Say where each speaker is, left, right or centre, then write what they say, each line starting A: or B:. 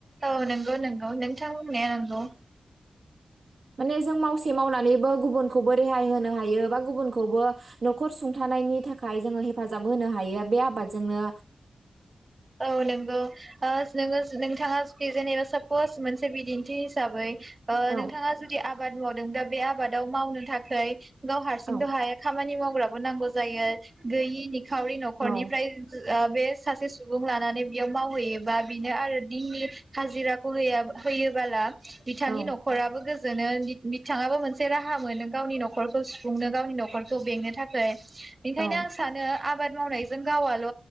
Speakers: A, on the right (about 35°); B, on the right (about 65°).
A: औ नंगौ नंगौ नोंथां होननाया नंगौ।
B: माने जों मावसे मावनानैबो गुबुनखौबो रेहाय होनो हायो बा गुबुनखौबो न'खर सुंथानायनि थाखाय जोङो हेफाजाब होनो हायो बे आबादजोंनो
A: औ नंगौ ओ नोङो नोंथाङा जेनेबा सापस मोन से बिदिनथि हिसाबै ओ
B: औ
A: नोंथाङा जुदि आबाद मावदों दा बे आबादाव मावनो थाखै गाव हारसिंथ'
B: औ
A: हाया खामानि माव ग्राबो नांगौ जायो गोयैनि निखावरि न'खरनिफ्राय
B: औ
A: आ बे सासे सुबुं लानानै बेयाव मावहैयोबा बिनो आरो दिननि खाजिराखौ होय होयोबोला। बिथांनि
B: औ
A: न'खराबो गो जोनो बिथाङाबो मोनसे राहा मोनो गावनि न'खरखौ सुफुंनो गावनि न'खरखौ बेंनो थाखाय बेखायनो
B: औ
A: आं सानो आबाद मावनायजों गावाल'